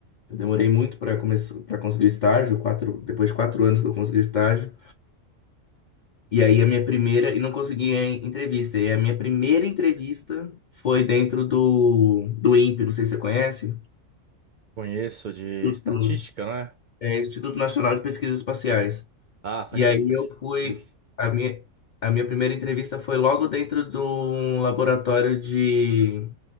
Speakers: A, on the left; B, on the right.
A: Eu demorei muito para começar, para conseguir o estágio, quatro, depois de quatro anos que eu consegui o estágio. E aí a minha primeira, e não consegui a entrevista. E a minha primeira entrevista foi dentro do do INPE, não sei se você conhece.
B: Conheço de
A: Instituto-
B: estatística, não é?
A: É, Instituto Nacional de Pesquisas Espaciais.
B: Ah,
A: E
B: <laughs> é
A: aí
B: isso.
A: eu fui.
B: isso.
A: A minha, a minha primeira entrevista foi logo dentro de um laboratório de